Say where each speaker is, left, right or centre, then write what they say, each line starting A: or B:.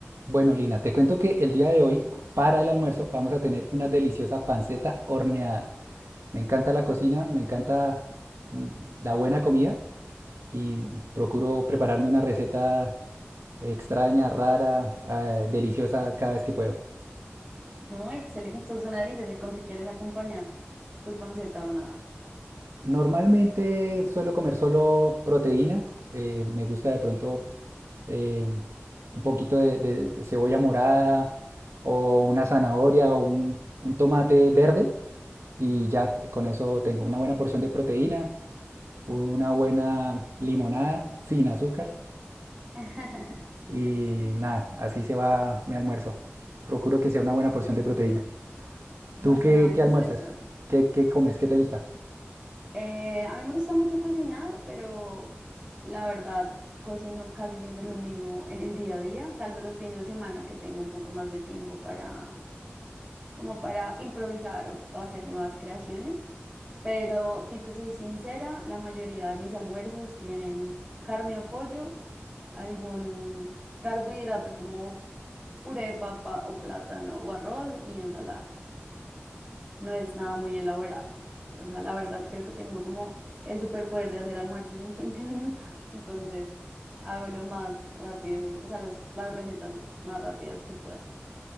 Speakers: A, on the right; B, on the right.
A: Bueno, Lina, te cuento que el día de hoy, para el almuerzo, vamos a tener una deliciosa panceta horneada. Me encanta la cocina, me encanta mm, la buena comida y procuro prepararme una receta extraña, rara, eh, deliciosa cada vez que puedo.
B: No, excelente, esto suena delicioso. ¿Y con qué quieres acompañar tu panceta hornada?
A: Normalmente suelo comer solo proteína, eh, me gusta de pronto eh, un poquito de, de- de cebolla morada o una zanahoria o un un tomate verde y ya, con eso tengo una buena porción de proteína, una buena limonada sin azúcar
B: <laughs>
A: y nada, así se va mi almuerzo. Procuro que sea una buena porción de proteína.
B: Muy
A: ¿Tú
B: suena
A: qué,
B: delicioso.
A: qué almuerzas? ¿Qué, qué comes? ¿Qué te gusta?
B: Eh, a mí me gusta mucho cocinar, pero la verdad cocino casi siempre lo mismo en el día a día, salvo los fines de semana que tengo un poco más de tiempo para, como para improvisar o, o hacer nuevas creaciones. Pero si te soy sincera, la mayoría de mis almuerzos tienen carne o pollo, algún carbohidrato como puré de papa o plátano o arroz y ensalada. No es nada muy elaborado. O sea, la verdad creo que tengo como el superpoder de hacer almuerzos en 15 minutos, <laughs> entonces hago lo más rápido, o sea, las, las recetas más rápidas que pueda.